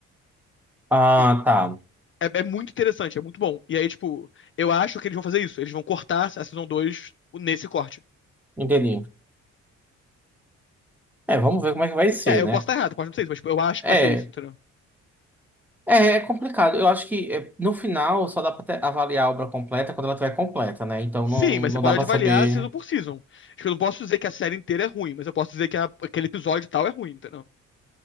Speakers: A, in the centre; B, on the left.
A: Ah,
B: E
A: tá.
B: é, é muito interessante, é muito bom. E aí, tipo, eu acho que eles vão fazer isso. Eles vão cortar a Season 2 nesse corte.
A: Entendi. É, vamos ver como é que vai ser,
B: É, eu
A: né?
B: posso estar errado, pode não ser isso, mas tipo, eu acho que
A: É,
B: vai ser isso, entendeu?
A: é, é complicado. Eu acho que é, no final só dá pra te- avaliar a obra completa quando ela estiver completa, né? Então
B: Sim,
A: não,
B: mas
A: não
B: você pode
A: dá pra
B: avaliar
A: saber.
B: season por season. Tipo, eu não posso dizer que a série inteira é ruim, mas eu posso dizer que a- aquele episódio tal é ruim, entendeu?